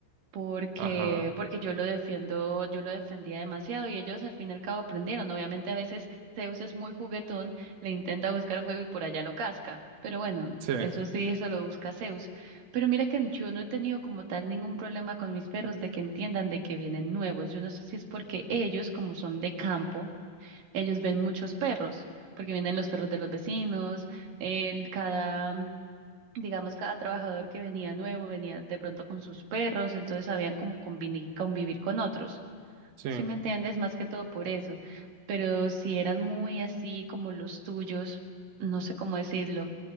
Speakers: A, on the right (about 55°); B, on the right (about 85°).
A: porque,
B: Ajá.
A: porque yo lo defiendo, yo lo defendía demasiado y ellos al fin y al cabo aprendieron. Obviamente a veces Zeus es muy juguetón, le intenta buscar juego y por allá lo casca, pero bueno,
B: Sí,
A: eso sí, eso lo busca Zeus. Pero mira que yo no he tenido como tal ningún problema con mis perros de que entiendan de que vienen nuevos. Yo no sé si es porque ellos, como son de campo, ellos ven muchos perros, porque vienen los perros de los vecinos, el, cada digamos, cada trabajador que venía nuevo venía de pronto con sus perros, entonces sabían cómo convini- convivir con otros.
B: sí.
A: Si me entiendes? Más que todo por eso. Pero si eran muy así como los tuyos, no sé cómo decirlo,